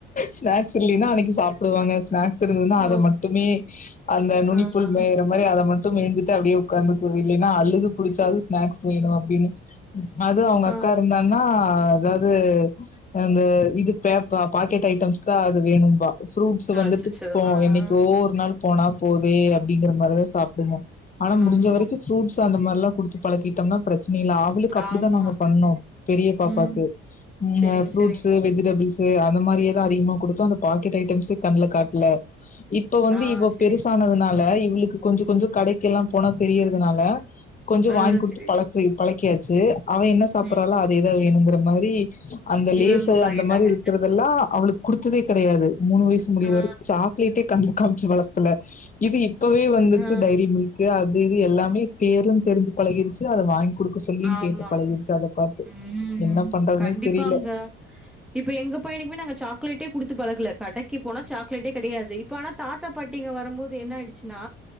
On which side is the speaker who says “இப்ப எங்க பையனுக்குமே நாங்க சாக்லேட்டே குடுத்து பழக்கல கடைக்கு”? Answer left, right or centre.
Centre